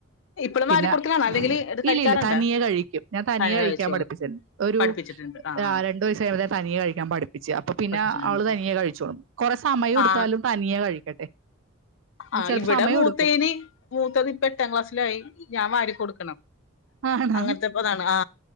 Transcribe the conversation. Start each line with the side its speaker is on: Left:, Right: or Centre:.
Left: ഇപ്പോഴും
Right: പിന്നെ
Left: വാരി കൊടുക്കലാണോ അല്ലെങ്കിൽ ഇത് കഴിക്കാറുണ്ടോ
Right: ഇല്ലില്ല തനിയെ കഴിക്കും ഞാൻ തനിയെ
Left: തന്നെ
Right: കഴിക്കാൻ
Left: കഴിച്ചോളൂ
Right: പഠിപ്പിച്ച്ണ്ട് ഒരു
Left: പഠിപ്പിച്ചിട്ടുണ്ട് ആ ആ
Right: രണ്ടു വയസ്സ് ആയപ്പ തന്നെ തനിയെ കഴിക്കാൻ പഠിപ്പിച്ചു അപ്പൊ പിന്നെ
Left: പഠിപ്പിച്ചിട്ടുണ്ട്
Right: അവള് തനിയെ കഴിച്ചോളും കൊറെ സമയം എടുത്താലും
Left: ആ
Right: തനിയെ കഴിക്കട്ടെ
Left: ആ
Right: ചിലപ്പോ
Left: ഇവിടെ
Right: സമയം
Left: മൂത്തേന്
Right: എടുക്കും
Left: മൂത്തത് ഇപ്പ എട്ടാം ക്ലാസ്സിലായി ഞാൻ വാരി കൊടുക്കണം
Right: ആണോ
Left: അങ്ങനത്തെപ്പോ അതാണ് ആ